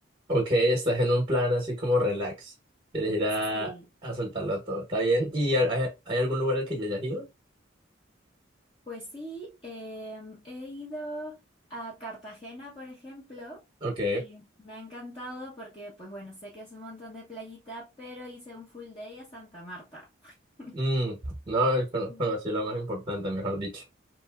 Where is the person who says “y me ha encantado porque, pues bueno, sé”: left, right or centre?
Left